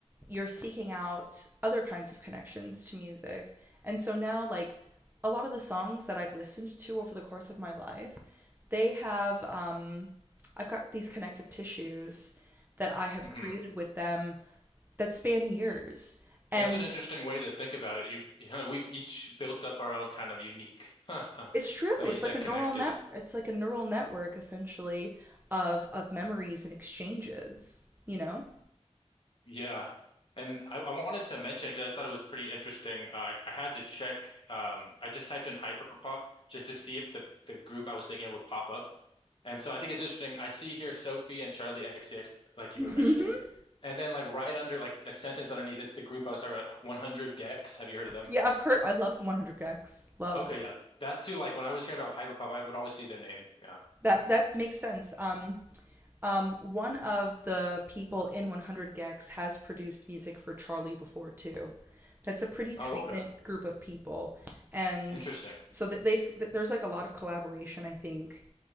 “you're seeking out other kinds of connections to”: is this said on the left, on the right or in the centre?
Right